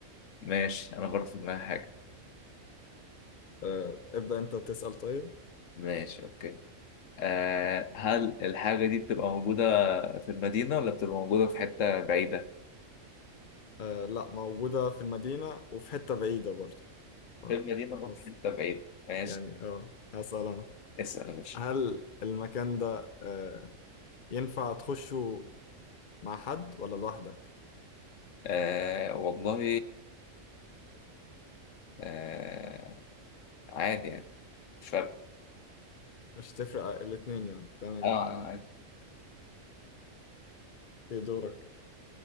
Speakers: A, on the left (about 75°); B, on the left (about 50°).
A: ماشي أنا برضه في دماغي حاجة
B: آه ابدا انت تسال طيب
A: ماشي أوكي آه هل الحاجة دي بتبقى موجودة في المدينة ولا بتبقى موجودة في حتة بعيدة؟
B: آه لا موجودة في المدينة وفي حتة بعيدة برضه ف-
A: في المدينة ولا
B: بس
A: في حتة بعيدة ماشي
B: يعني اه هسأل أنا
A: اسأل يا باشا
B: هل المكان ده آه ينفع تخشه مع حد ولا لوحدك؟
A: آه والله آه عادي يعني مش فارقة
B: مش تفرق الاتنين يعني تمام
A: آه آه، عادي
B: في دورك